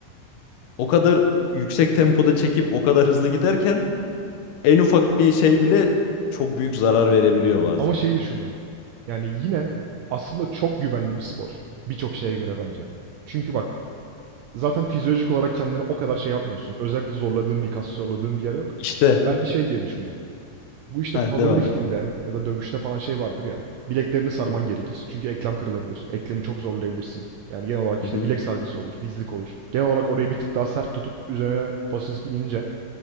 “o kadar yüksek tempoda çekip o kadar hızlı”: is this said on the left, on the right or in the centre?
Left